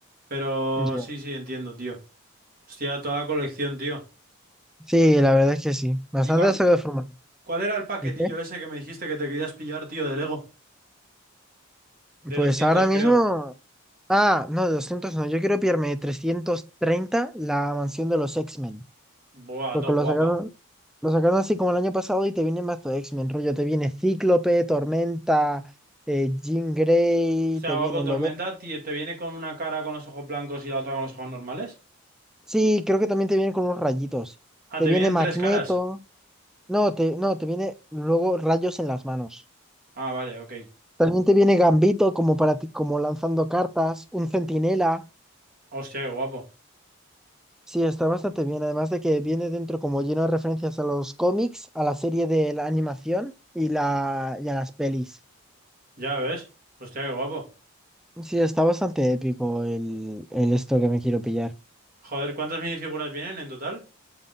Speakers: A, on the right; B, in the centre.
A: Pero
B: Ya.
A: sí, sí, entiendo, tío. Hostia, toda la colección, tío.
B: Sí, la verdad es que sí. Bastante
A: ¿Y cuál,
B: se ve formado.
A: cuál era el paquetillo
B: ¿Y qué?
A: ese que me dijiste que te querías pillar, tío, de Lego? De
B: Pues
A: 200
B: ahora mismo.
A: creo.
B: Ah, no, de 200 no. Yo quiero pillarme de 330 la mansión de los X-Men.
A: Buah,
B: Porque
A: todo
B: lo
A: guapa.
B: sacaron, lo sacaron así como el año pasado y te vienen más de X-Men. Rollo, te viene Cíclope, Tormenta, eh, Jean Grey,
A: Hostia,
B: te
A: guapo,
B: viene
A: Tormenta,
B: Lobo.
A: tío, ¿te viene con una cara con los ojos blancos y la otra con los ojos normales?
B: Sí, creo que también te vienen con unos rayitos.
A: Ah,
B: Te
A: ¿te
B: viene
A: vienen
B: Magneto.
A: tres caras?
B: No, te, no, te viene luego rayos en las manos.
A: Ah, vale, ok.
B: También te viene Gambito como para ti, como lanzando cartas, un centinela.
A: Hostia, qué guapo.
B: Sí, está bastante bien. Además de que viene dentro como lleno de referencias a los cómics, a la serie de la animación y, la, y a las pelis.
A: Ya ves. Hostia, qué guapo.
B: Sí, está bastante épico el, el esto que me quiero pillar.
A: Joder, ¿cuántas minifiguras vienen en total?